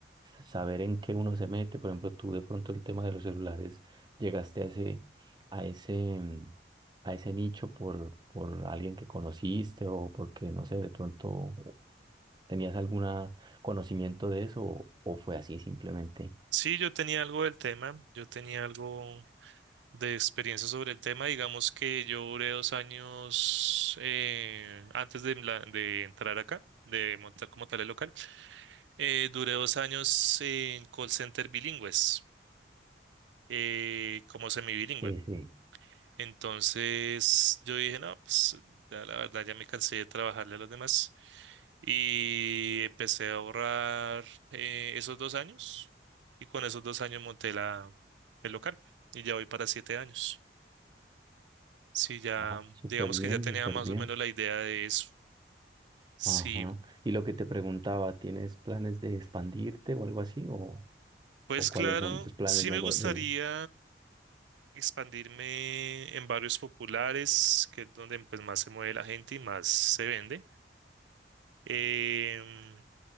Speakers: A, on the right (about 25°); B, on the right (about 80°).
A: saber en qué uno se mete. Por ejemplo, tú de pronto el tema de los celulares, llegaste a ese, a ese, mm, a ese nicho por, por alguien que conociste o porque, no sé, de pronto tenías algún conocimiento de eso o, o fue así simplemente?
B: sí, yo tenía algo del tema, yo tenía algo de experiencia sobre el tema. Digamos que yo duré dos años eh, antes de, la- de entrar acá, de montar como tal el local. eh, duré dos años en call center bilingües, eh, como semibilingüe.
A: Sí, sí.
B: Entonces yo dije, no, pues ya la verdad ya me cansé de trabajarle a los demás y empecé a ahorrar eh, esos dos años y con esos dos años monté la, el local y ya voy para siete años. Sí, ya,
A: Ah, súper
B: digamos
A: bien,
B: que ya tenía
A: súper
B: más
A: bien.
B: o menos la idea de eso. Sí,
A: Ajá. Y lo que te preguntaba, ¿tienes planes de expandirte o algo así? ¿O,
B: pues
A: o cuáles
B: claro,
A: son tus planes
B: sí
A: nego-
B: me gustaría
A: de...
B: expandirme en barrios populares, que es donde pues más se mueve la gente y más se vende. Em,